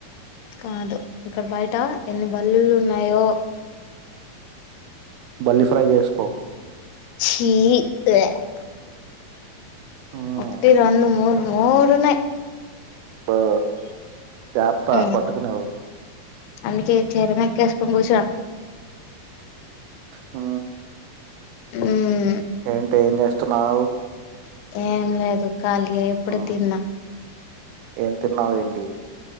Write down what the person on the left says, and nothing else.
కాదు ఇక్కడ బయట ఎన్ని బల్లులు ఉన్నాయో
ఈ
ఒకటి రెండు మూడు మూడున్నాయి
మ్మ్
అందుకే చర మకసుకు కూచు
హ్మ్
ఏం లేదు ఖాళీగా ఇప్పుడే
తిన్నా